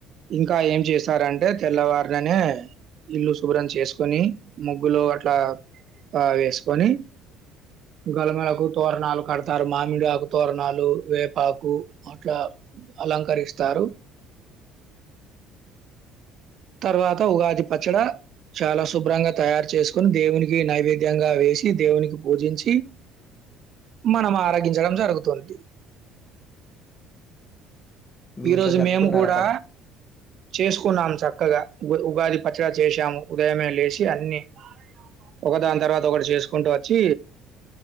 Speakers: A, on the right; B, on the left.
A: ఇంకా ఏం చేస్తారంటే తెల్లవారిననే, ఇల్లు శుభ్రం చేసుకొని ముగ్గులు అట్లా ఆ వేసుకొని, గలమలకు తోరణాలు కడతారు. మామిడి ఆకు తోరణాలు వేపాకు అట్లా అలంకరిస్తారు. తర్వాత ఉగాది పచ్చడ చాలా శుభ్రంగా తయారు చేసుకుని దేవునికి నైవేద్యంగా వేసి దేవునికి పూజించి మనం ఆరగించడం జరుగుతుంది.
B: మీ
A: ఈరోజు
B: ఇంట్లో జరుపుకున్నారా
A: మేము కూడా
B: ప
A: చేసుకున్నాం స చక్కగా ఉ ఉగాది పచ్చడా చేశాము. ఉదయమే లేసి అన్ని ఒకదాని తర్వాత ఒకటి చేసుకుంటూ వచ్చి